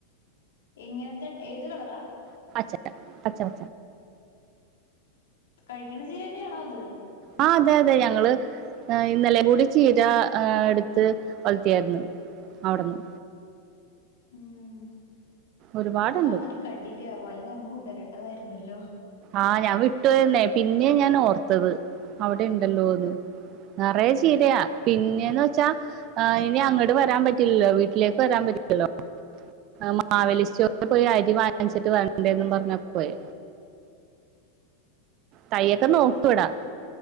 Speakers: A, on the left; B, on the right.
A: എങ്ങനത്തെ ഏത് കളറാ?
B: <unintelligible> പച്ച പച്ച.
A: കഴിക്കണ ചീര തന്നയാണോ അത്?
B: ആഹ് അതെ അതെ ഞങ്ങള് ഏഹ് ഇന്നലെ കൂടി ചീര ആഹ് എടുത്ത് വഴറ്റിയാരുന്നു. അവിടുന്ന്
A: ഉം,
B: ഒരുപാടുണ്ട്
A: അമ്മ വന്നിട്ട് കണ്ടില്ലാവോ അല്ലെങ്കി അമ്മ കൊണ്ടുവരണ്ടതായിരുന്നല്ലോ.
B: ആഹ് ഞാൻ വിട്ടുപോയെന്നേ പിന്നെ ഞാൻ ഓർത്തത് അവിടെ ഉണ്ടല്ലോന്ന്. നറയെ ചീരയാ. പിന്നെന്ന് വെച്ചാ ആഹ് ഇനി അങ്ങട് വരാൻ പറ്റില്ലല്ലോ വീട്ടിലേക്ക് വരാൻ പറ്റില്ലല്ലോ? ആഹ് മാവേലിസ്റ്റോറിൽ പോയി അരി വാങ്ങിച്ചിട്ട് വരണ്ടേന്നും പറഞ്ഞ പോയേ. തൈയ്യൊക്കെ നോക്കും ഇവിടെ,